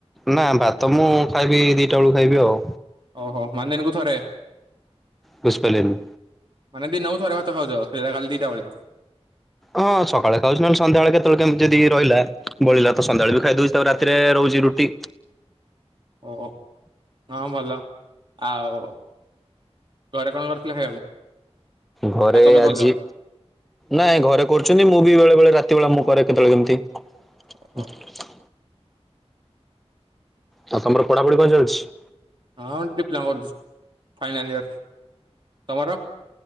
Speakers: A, in the centre; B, on the right.
A: ନା ଭାତ ମୁଁ ଖାଇବି ଦିଟା ବେଳକୁ ଖାଇବି ଆଉ।
B: ଓହୋ ମାନେ ଦିନକୁ ଥରେ।
A: ବୁଝିପାରିଲେନି।
B: ମାନେ ଦିନକୁ ଥରେ ଭାତ ଖାଉଚ ସେଇଟା ଖାଲି ଦିଟା ବେଳେ।
A: ହଁ ସକାଳେ ଖାଉଚି ନହେଲେ ସଧ୍ୟାବେଳେ କେତେବେଳେ କେମିତି ଯଦି ରହିଲା। ବଳିଲା ତ ସନ୍ଧ୍ୟାବେଳେ ବି ଖାଇ ଦଉଚି ତାପରେ ରାତିରେ ରହୁଚି ରୁଟି।
B: ଓ ହଁ ଭଲ ଆଉ। ଘରେ କଣ କରିଥିଲେ ଖାଇବାକୁ।
A: ଘରେ
B: ନା ତମେ କରୁଛ?
A: ଆଜି ନାଇଁ ଘରେ କରୁଛନ୍ତି ମୁଁ ବି ବେଳେ ବେଳେ ରାତି ବେଳେ ମୁ ପରେ କେତେବେଳେ କେମିତି
B: ଓହୋ
A: ଆଉ ତମର ପଢାପଢି କଣ ଚାଲିଚି।
B: ହଁ ଡିପ୍ଲା କରୁଛି ଫାଇନାଲ ଇୟର ତମର